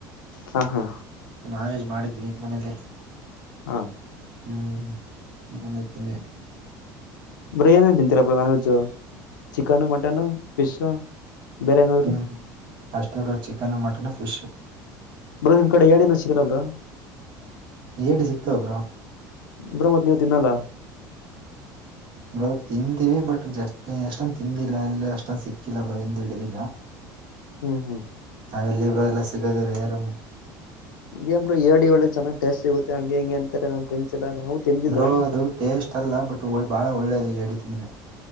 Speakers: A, on the left (about 80°); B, on the right (about 55°).
A: ಹಾ ಹಾ
B: ನಾನ್ ವೆಜ್ಮಾಡಿದ್ವಿ ಮನೇಲಿ
A: ಹಾ
B: ಹ್ಮ್ ನಾನ್ ವೆಜ್ ತಿಂದೆ
A: ಬ್ರೋ ಏನೇನು ತಿಂತೀರ non veg chicken mutton fish ಬೇರೆ ಏನಾದ್ರು
B: ಹ್ಮ್ ಅಷ್ಟೇ bro chicken mutton fish
A: bro ನಿಮ್ ಕಡೆ ಏಡೇನ ಸಿಗಲ ಬ್ರೋ
B: ಏಡಿ ಸಿಕ್ತಾವೆ ಬ್ರೋ
A: ಬ್ರೋ ಮತ್ ನೀವು ತಿನ್ನಲ್ಲ
B: ಬ್ರೋ ತಿಂದಿವವಿ ಬಟ್ ಜಸ್ ಅಷ್ಟೊಂದು ತಿಂದಿಲ್ಲ ಅಲ್ಲಿ ಅಷ್ಟೊಂದ ಸಿಕ್ಕಿಲ್ಲ ಬ್ರಿಂದ ಹಿಡಿದಿಲ್ಲ <inaudible>
A: ಹ್ಮ್ ಹ್ಮ್
B: ಇಲ್ಲಿ ಬ್ರೋ ಎಲ್ಲ ಸಿಗದ ರೇರ್
A: ಏನ್ ಬ್ರೋ ಏಡಿ ಒಳಗೆ ಒಳ್ಳೆ ಚೆನ್ನ್ ಟೇಸ್ಟ್ ಸಿಗುತ್ತೆ ಹಂಗೆ ಹೆಂಗೆ ಅಂತಾರೆ ನ್ ಫ್ರೆಂಡ್ಸ್ ಎಲ್ಲ ನಾವು ತಿಂದಿಲ್ಲ
B: ಬ್ರೋ ಅದು ಟೇಸ್ಟ್ ಅಲ್ಲ ಬಟ್ ಬಾಳ ಒಳ್ಳೇದು ಎಡಿ ತಿಂದ್ರೆ